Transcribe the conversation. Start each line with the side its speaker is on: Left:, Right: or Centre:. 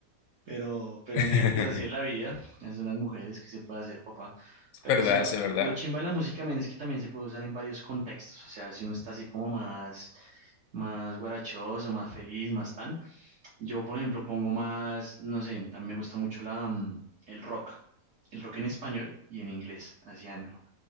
Right: Pero, pero,
Left: <laughs>
Right: men, pues así es la vida, así son las mujeres, que se puede hacer, papá?
Left: Es
Right: Pero
Left: verdad,
Right: sí, lo,
Left: eso es verdad.
Right: lo chimba de la música, men, es que también se puede usar en varios contextos, o sea, si uno está así como más, más guarachoso, más feliz, más tan. Yo, por ejemplo, pongo más, no sé, a mí me gusta mucho la, mm, el rock, el rock en español y en inglés, así anglo.